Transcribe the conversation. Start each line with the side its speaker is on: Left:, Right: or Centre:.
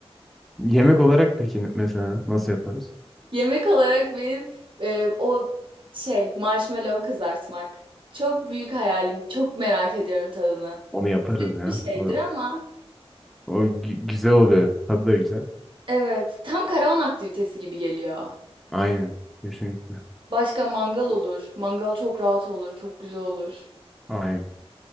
Centre: Yemek olarak peki mesela nasıl yaparız?
Right: Yemek olarak benim e, o şey marshmallow kızartmak. Çok büyük hayalim. Çok merak ediyorum tadını.
Centre: Onu yaparız ya.
Right: Bir şeydir
Centre: O,
Right: ama.
Centre: o gü- güzel oluyor. Tadı da güzel.
Right: Evet, tam karavan aktivitesi gibi geliyor.
Centre: Aynen. Kesinlikle.
Right: Başka mangal olur. Mangal çok rahat olur, çok güzel olur.
Centre: Aynen.